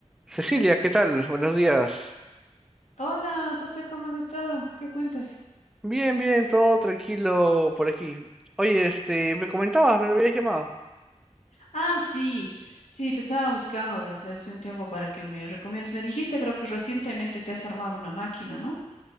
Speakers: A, in the centre; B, on the left (about 75°).
A: Cecilia, ¿qué tal? Buenos días.
B: Hola, José, ¿cómo has estado? ¿Qué cuentas?
A: Bien, bien, todo tranquilo por aquí. Oye, este, me comentabas, me habías llamado.
B: Ah, sí, sí, te estaba buscando desde hace un tiempo para que me recomiendes. Me dijiste, creo que recientemente te has armado una máquina, ¿no?